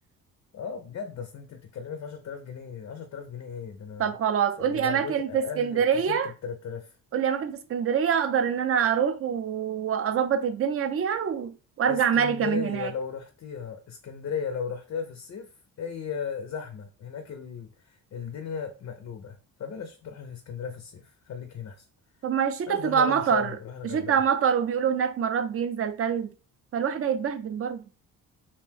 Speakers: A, on the left (about 40°); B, on the right (about 35°).
A: اه بجد اصل انت بتتكلمي في 10000 جنيه 10000 جنيه ايه ده انا
B: طب خلاص قولي
A: ده ده
B: أماكن
A: دلوقتي اقل
B: في اسكندرية
A: تيشيرت ب 3000
B: قولي أماكن في اسكندرية أقدر إن أنا أروح و- وأظبط الدنيا بيها و... وأرجع
A: اسكندريه
B: ملكة من هناك
A: لو رحتيها اسكندريه لو رحتيها في الصيف هي زحمه هناك ال... الدنيا مقلوبه فبلاش تروحي اسكندريه في الصيف خليكي هنا احسن
B: طب ما الشتا
A: عايز
B: بتبقى
A: تروحي بقى روحي
B: مطر
A: شرم روحي الغردقه
B: الشتا مطر وبيقولوا هناك مرات بينزل تلج فالواحد هيتبهدل برضه